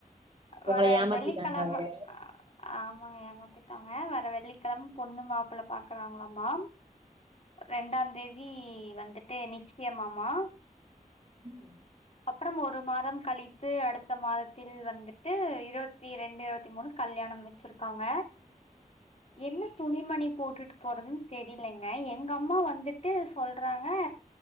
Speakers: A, on the right; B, on the left.
A: உங்கள
B: வர
A: ஏமாத்திட்டாங்க
B: வெள்ளி கெழம
A: அவரு
B: ஆ ஆமாங்க ஏமாத்திட்டாங்க வர வெள்ளி கெழம பொண்ணு மாப்ள பாக்குறாங்ளாமா ரெண்டாந்தேதி வந்துட்டு நிச்சியமாமா
A: உம்
B: அப்றம் ஒரு மாதம் கழித்து அடுத்த மாதத்தில் வந்துட்டு இருவத்தி ரெண்டு இருவத்தி மூணு கல்யாணம் வச்சிருக்காங்க
A: <inaudible>
B: என்ன துணிமணி போட்டுட் போறதுன் தெரிலங்க எங்க அம்மா வந்துட் டு சொல்றாங்க